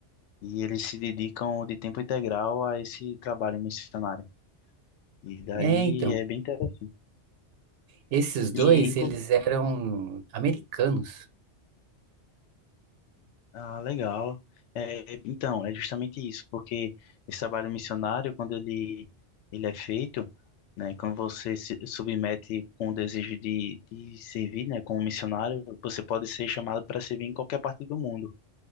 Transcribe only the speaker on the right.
é, então.
Esses dois,
eles eram americanos.